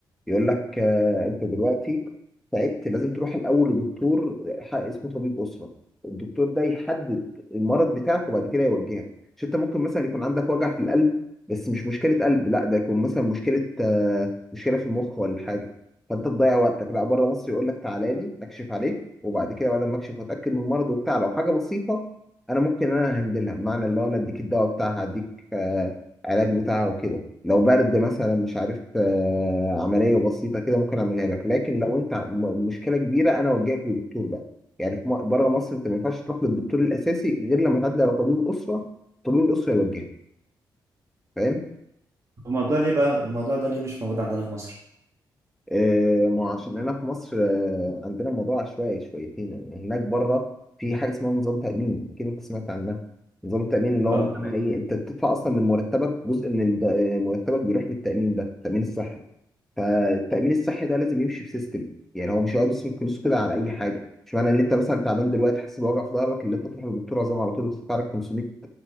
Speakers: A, in the centre; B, on the right.
A: يقول لك آه انت دلوقتي تعبت لازم تروح الاول لدكتور ح- اسمه طبيب اسره الدكتور ده يحدد المرض بتاعك وبعد كده يوجهك مش انت ممكن مثلا يكون عندك وجع في القلب بس مش مشكله قلب لا ده يكون مثلا مشكله آه مشكله في المخ ولا حاجه فانت تضيع وقتك لا بره مصر يقول لك تعالى لي اكشف عليك وبعد كده بعد ما اكشف واتاكد من المرض وبتاع لو حاجه بسيطه انا ممكن انا هندلها بمعنى اللي هو انا اديك الدواء بتاعها اديك آه، علاج بتاعها وكده لو برد مثلا مش عارف آه، عمليه بسيطه كده ممكن اعملها لك لكن لو انت م- مشكله كبيره انا اوجهك للدكتور بقى يعني في م- بره مصر انت ما ينفعش تروح للدكتور الاساسي غير لما تعدي على طبيب الاسره طبيب الاسره يوجهك فاهم
B: الموضوع ليه بقى الموضوع ده ليه مش موجود عندنا في مصر
A: آه، ما عشان هنا في مصر آه، عندنا الموضوع عشوائي شويتين يعني هناك بره في حاجه اسمها نظام تامين اكيد انت سمعت عنها نظام التامين اللي
B: اه
A: هو بمعنى
B: طبعا
A: ايه انت بتدفع اصلا من مرتبك جزء من الد- آه، مرتبك بيروح للتامين ده تامين الصحه فالتأمين الصحي ده لازم يمشي بسيستم يعني هو مش هيقعد يصرف فلوسه كده على أي حاجة مش معنى إن أنت مثلا تعبان دلوقتي حاسس بوجع في ظهرك اللي أنت تروح للدكتور عظام على طول وتدفع لك 500